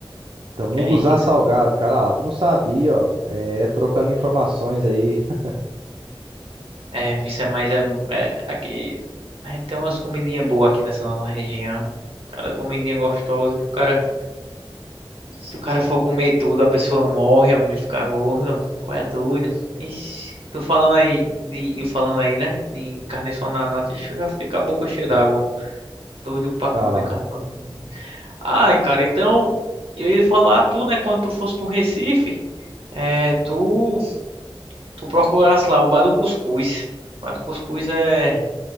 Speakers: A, on the right; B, on the right.
A: Então, munguzá
B: Que é isso?
A: salgado, cara lá, tu não sabia, ó. É, trocando informações aí. <laughs>
B: É, isso é mais. É, é- aqui. A gente tem umas comidinhas boas aqui nessa nossa região. Cada comidinha gostosa que o cara. Se o cara for comer tudo, a pessoa morre, homem, de ficar gordo. Tu é doido. Ixi, tô falando aí. De, eu falando aí, né? De carne só na nata. Ixi, eu já fiquei com a boca cheia d'água. Doido pra comer
A: Ah lá.
B: carne só na nata. Ai, cara, então eu ia falar, tu, né, quando tu fosse no Recife, é, tu, tu procurasse lá o Bar do Cuscuz. O Bar do Cuscuz é,